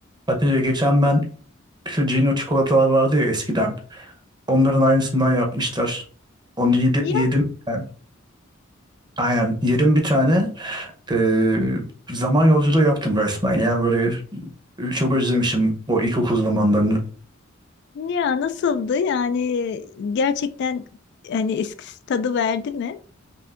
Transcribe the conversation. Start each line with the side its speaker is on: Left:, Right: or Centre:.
Right: Hatice geçen ben şu Cino çikolatalar vardı ya eskiden. Onların aynısından yapmışlar. Onu yedi-
Left: Ya,
Right: yedim. ben. aynen. Yedim bir tane. Ee, zaman yolculuğu yaptım resmen. Yani böyle çok özlemişim o ilkokul zamanlarını.
Left: ya nasıldı? Yani gerçekten hani eskisi tadı verdi mi?